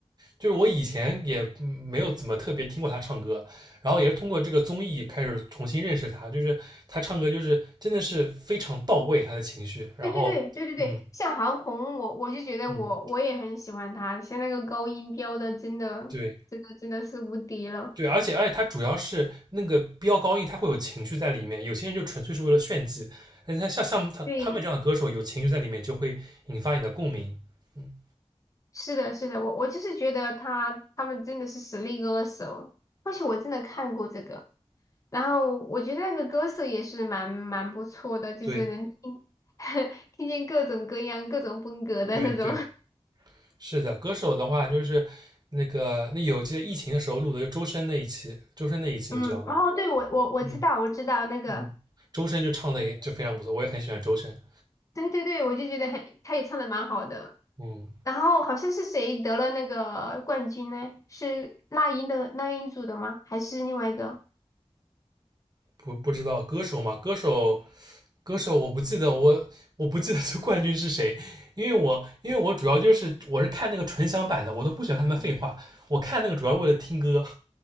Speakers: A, on the right (about 35°); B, on the left (about 30°).
A: 就是我以前也嗯没有怎么特别听过他唱歌，然后也是通过这个综艺开始重新认识他，就是他唱歌就是真的是非常到位，他的情绪，然后嗯
B: 对对对对对对，像韩红，我我就觉得我我也很喜欢他，
A: 嗯，
B: 像那个高音飙的，真的真的真的是无敌了。
A: 对对，而且而且他主要是那个飙高音，他会有情绪在里面，有些人就纯粹是为了炫技，那像像他他们这样的歌手有情绪在里面，
B: 对，
A: 就会引发你的共鸣，嗯，
B: 是的，是的，我我就是觉得他他们真的是实力歌手，而且我真的看过这个，然后我觉得那个歌手也是蛮蛮不错的，就是能听
A: 对
B: <laughs> 听见各种各样、各种风格的那种。
A: 对对，
B: <laughs>
A: 是的，歌手的话就是。那个，那有记得疫情的时候录的，就周深那一期，周深那一期你知道吗？
B: 嗯，哦，对我我我知道我知道那个，
A: 嗯嗯，周深就唱的也就非常不错，我也很喜欢周深。
B: 对对对，我就觉得很，他也唱的蛮好的。
A: 嗯，
B: 然后好像是谁得了那个冠军呢？是那英的那英组的吗？还是另外一个？
A: 不不知道歌手嘛，歌手歌手我不记得我我不记得这冠军是谁，因为我因为我主要就是我是看那个纯享版的，我都不喜欢看他们废话，我看那个主要是为了听歌，